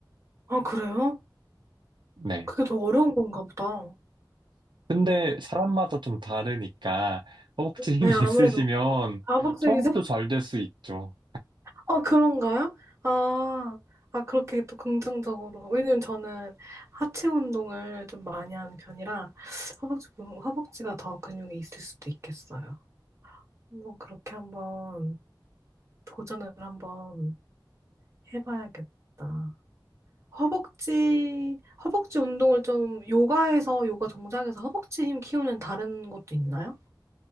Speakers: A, on the right (about 35°); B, on the right (about 75°).
A: 아, 그래요?
B: 네.
A: 그게 더 어려운 건가 보다.
B: 근데 사람마다 좀 다르니까 허벅지 힘이
A: 네,
B: <laughs>
A: 아무래도
B: 있으시면
A: 아박쌤이죠?
B: 처음부터
A: <laughs>
B: 잘 될 수 있죠.
A: 아, 그런가요? 아, 아, 그렇게 또 긍정적으로. 왜냐면 저는 하체 운동을 좀 많이 하는 편이라 허벅지, 근- 허벅지가 더 근육이 있을 수도 있겠어요. 한번 그렇게 한번 도전을 한번 해봐야겠다. 허벅지, 허벅지 운동을 좀 요가에서, 요가 동작에서 허벅지 힘 키우는 다른 것도 있나요?